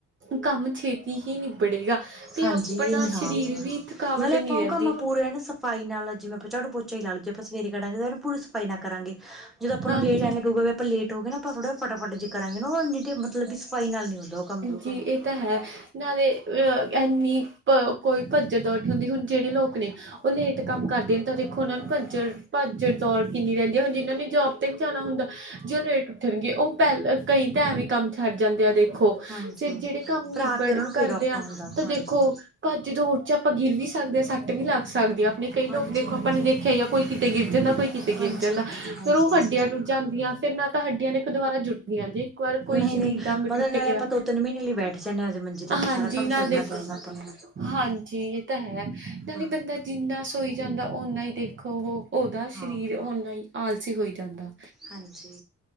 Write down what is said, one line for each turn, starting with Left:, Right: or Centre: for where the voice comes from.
Right: ਕੰਮ ਛੇਤੀ ਹੀ ਨਿਬੜੇਗਾ। ਤੇ
Centre: ਹਾਂਜੀ
Right: ਆਪਣਾ
Centre: ਇਹ ਹਾਂ
Right: ਸਰੀਰ ਵੀ ਥਕਾਵਟ
Centre: ਨਾਲੇ ਆਪਾਂ
Right: ਨੀ
Centre: ਉਹ
Right: ਰੈਂਦੀ।
Centre: ਕੰਮ ਪੂਰੇ ਨਾ ਸਫ਼ਾਈ ਨਾਲ ਜਿਵੇਂ ਝਾੜੂ ਪੋਚਾ ਈ ਲਾਹ ਲੋ, ਜੇ ਆਪਾਂ ਸਵੇਰੇ ਕਢਾਂਗੇ ਤੇ ਪੂਰੀ ਸਫ਼ਾਈ ਨਾ ਕਰਾਂਗੇ। ਜਦੋਂ ਆਪਾਂ
Right: ਹੁਣ
Centre: ਨੂੰ ਲੇ ਆਏ ਲੱਗੂ ਗਾ ਲੇਟ ਹੋਗੇ ਨਾ ਆਪ ਥੋੜਾ ਫਟਾਫਟ ਜੇ ਕਰਾਂਗੇ ਨਾ ਓ ਇੰਨੀ ਕੁ ਮਤਲਬ ਵੀ ਸਫਾਈ ਨਾਲ ਨੀ ਹੁੰਦਾ ਓ ਕੰਮ।
Right: ਜੀ ਏ ਤਾਂ ਹੈ। ਨਾਲੇ ਅ ਇੰਨੀ ਕ ਕੋਈ ਕੱਜ ਦੌੜ ਨੀ ਹੁੰਦੀ ਹੁਣ ਜੇੜੇ ਲੋਕ ਨੇ ਓ ਲੇਟ ਕੰਮ ਕਰਦੇ ਨੇ ਤਾਂ ਜੇ ਦੇਖੋ ਓਨਾਂ ਨੂੰ ਭੱਜੜ ਭੱਜ-ਦੌੜ ਕਿੰਨੀ ਰੈਦੀ ਏ। ਹੁਣ, ਜਿਨ੍ਹਾਂ ਨੇ ਜੋਬ ਤੇ ਵੀ ਜਾਣਾ ਹੁੰਦਾ ਜੇ ਓ ਲੇਟ ਉੱਠਣਗੇ ਓ ਪੈਲ ਕਈ ਤਾਂ ਐਵੇ ਹੀ ਕੰਮ ਛੱਡ ਜਾਂਦੇ ਆ ਦੇਖੋ।
Centre: ਹਾਂਜੀ,
Right: ਫਿਰ ਜੇੜੇ ਕੰਮ
Centre: ਫੇਰ
Right: ਨਿਬੜ
Centre: ਆ ਕੇ ਉਹਨਾਂ ਨੂੰ ਫੇਰ
Right: ਕਰਦੇ
Centre: ਔਖਾ
Right: ਆ
Centre: ਹੁੰਦਾ
Right: ਤਾਂ
Centre: ਹਾਂਜੀ।
Right: ਦੇਖੋ ਭੱਜ-ਦੌੜ ਚ ਆਪਾਂ ਗਿਰ ਵੀ ਸਕਦੇ ਆਂ, ਸੱਟ ਵੀ ਲੱਗ ਸਕਦੀਆਂ। ਨੇ ਕਈ ਲੋਕ
Centre: ਹਾਂਜੀ,
Right: ਦੇਖੋ
Centre: ਹਾਂਜੀ,
Right: ਆਪਾਂ ਨੇ ਦੇਖੇਆ ਈਆ ਕੋਈ ਕਿਤੇ ਗਿਰ ਜਾਂਦਾ, ਕੋਈ ਕਿਤੇ
Centre: ਹਾਂਜੀ,
Right: ਗਿਰ ਜਾਂਦਾ
Centre: ਹਾਂਜੀ।
Right: ਫੇਰ ਓ ਹੱਡੀਆਂ ਜਾਂਦੀਆਂ ਫੇਰ ਨਾ ਤਾਂ ਹੱਡੀਆਂ ਨੇ ਇੱਕ ਦੁਆਰਾ ਜੁੜਦੀਆਂ ਜੇ ਇੱਕ ਵਾਰ ਕੋਈ
Centre: ਨਹੀਂ-ਨਹੀਂ
Right: ਸਰੀਰ ਦਾ ਅੰਗ
Centre: ਮਤਲਬ
Right: ਟੁੱਟ
Centre: ਨਾਲੇ
Right: ਗਿਆ
Centre: ਆਪਾਂ ਦੋ-ਤਿੰਨ ਮਹੀਨੇ ਲਈ ਬੈਠ ਜਾਨੇ ਆ, ਮੰਜੀ ਚ ਆਪਾਂ
Right: ਹਾਂਜੀ
Centre: ਸਾਰਾ ਕੰਮ
Right: ਨਾਲ
Centre: ਛੱਡਣਾ
Right: ਦੇਖੋ
Centre: ਪੈ ਜਾਂਦਾ ਆਪਾਂ ਨੂੰ।
Right: ਹਾਂਜੀ, ਏ ਤਾਂ ਹੈ ਨਾਲੇ
Centre: ਹਾਂ
Right: ਬੰਦਾ ਜਿੰਨਾ ਸੋਈ ਜਾਂਦਾ ਓਨਾ ਹੀ ਦੇਖੋ ਓਹੋ ਓਦਾ
Centre: ਹਾਂ
Right: ਸ਼ਰੀਰ ਓਨਾ ਹੀ ਆਲਸੀ ਹੋਈ ਜਾਂਦਾ।
Centre: ਹਾਂਜੀ।